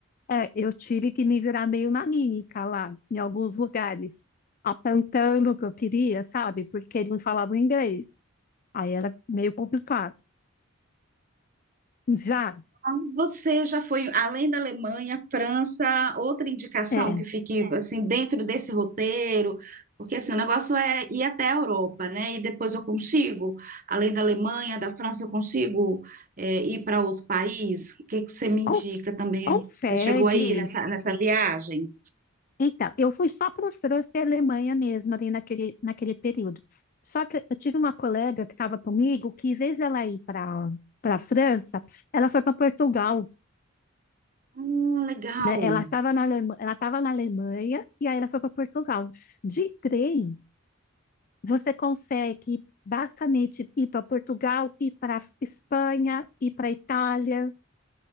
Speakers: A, on the left; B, on the right.
A: É, eu tive que me virar meio nanica lá, em alguns lugares, apontando o que eu queria, sabe? Porque eles não falavam inglês. Aí era meio complicado. Já,
B: Ah, Você já foi além da Alemanha, França, outra indicação
A: é,
B: que fique assim dentro desse roteiro, porque assim, o negócio é ir até a Europa, né? E depois eu consigo, além da Alemanha, da França, eu consigo é, ir para outro país. O que que você me indica
A: Alf-
B: também?
A: Alfeg.
B: Você chegou aí nessa, nessa viagem?
A: Então, eu fui só para França e Alemanha mesmo ali naquele, naquele período. Só que eu tive uma colega que estava comigo que, em vez dela ir para para França, ela foi para Portugal,
B: Ah, legal.
A: né? Ela estava na Alema- ela estava na Alemanha e aí ela foi para Portugal. De trem, Você consegue ir basicamente ir para Portugal, ir para Espanha, ir para Itália.